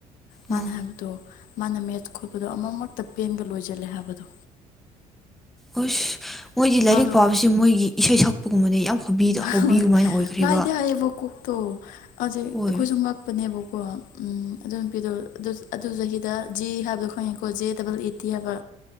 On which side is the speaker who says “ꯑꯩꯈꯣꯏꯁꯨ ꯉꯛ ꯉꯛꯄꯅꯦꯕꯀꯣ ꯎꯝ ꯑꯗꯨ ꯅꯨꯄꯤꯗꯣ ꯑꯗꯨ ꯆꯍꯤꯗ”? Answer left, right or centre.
Left